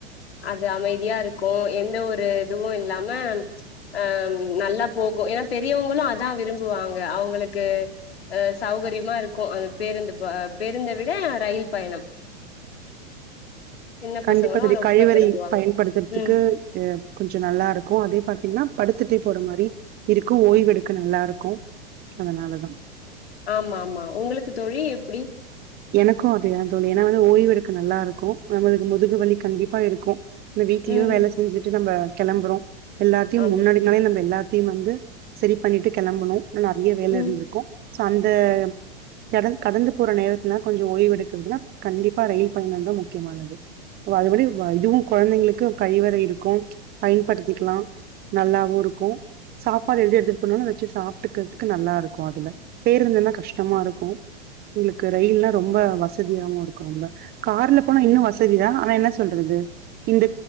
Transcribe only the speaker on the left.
அது அமைதியா இருக்கு எந்த ஒரு இதுவு இல்லாம ஆ நல்லா போகு ஏன்னா பெரியவங்களு அதா விரும்புவாங்க அவங்களுக்கு அ அ சௌகரியமா இருக்கு அந்த பேருந்து ப பெருந்த விட ரயில் பயணம் சின்ன
பசங்களு
ரொம்ப
விரும்புவாங்க
ம்
ஆமா ஆமா உங்களுக்கு தொழி எப்படி
ம்
ஆமா
ம்